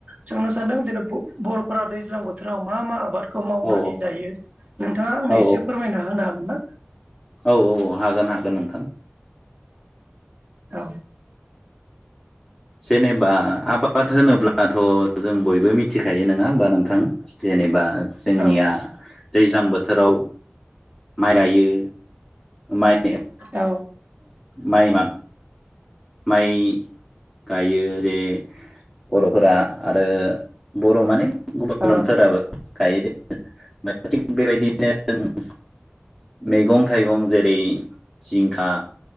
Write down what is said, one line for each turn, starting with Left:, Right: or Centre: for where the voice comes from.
Right: सोंनो सानदों दिनै ब-बर'फोरा दैज्लां बोथोराव मा मा आबादखौ मावनानै
Centre: औ
Right: जायो नोंथाङा आंनो
Centre: औ
Right: एसे फोरमायना होनो हागोन ना?
Centre: औ औ हागोन हागोन नोंथां।
Right: औ
Centre: जेनेबा आबाद होनोब्लाथ' जों बयबो मिथिखायो नङा होमबा नोंथां। जेनेबा जोंनिया
Right: औ
Centre: दैज्लां बोथोराव माइ गायो माइ।
Right: औ
Centre: माइ मा माइ गायो जे बर'फोरा आरो बर' माने गुबुनफोराबो
Right: औ
Centre: गायो। थिग बेबायदिनो जों मैगं थाइगं जेरै जिंखा